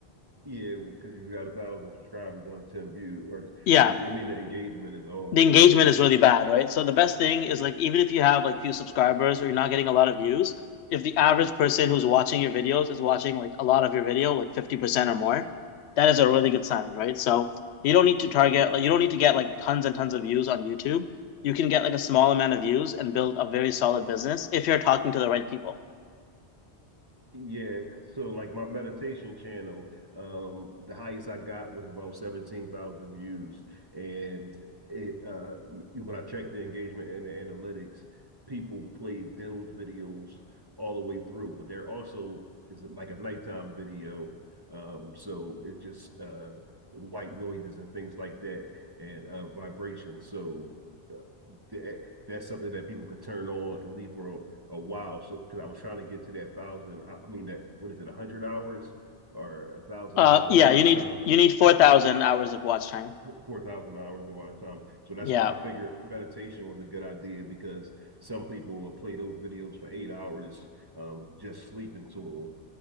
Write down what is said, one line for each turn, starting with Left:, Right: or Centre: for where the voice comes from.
Right: Yeah, because you got a thousand subscribers on ten views, or
Left: Yeah,
Right: you, I mean, the engagement is off,
Left: the
Right: and
Left: engagement
Right: it,
Left: is really bad, right? So the best thing is like even if you have like few subscribers or you're not getting a lot of views, if the average person who's watching your videos is watching like a lot of your video, like 50% or more, that is a really good sign, right? So you don't need to target like you don't need to get like tons and tons of views on YouTube. You can get like a small amount of views and build a very solid business if you're talking to the right people.
Right: Yeah, so like my meditation channel, um, the highest I got was about 17,000 views. And it uh y- when I checked the engagement and the analytics, people played those videos all the way through, but there also is like a nighttime video. Um, so it just uh white noises and things like that and uh vibrations. So uh, that that's something that people could turn on and leave for a, a while. So because I was trying to get to that thousand, I, mean that what is it, a hundred hours or a thousand
Left: Uh
Right: hours of
Left: yeah,
Right: watch
Left: you need
Right: time,
Left: you need 4,000 hours of watch time.
Right: four thousand hours of watch time. So that's
Left: Yeah,
Right: why I figured meditation was a good idea because some people will play those videos for eight hours, um, just sleeping to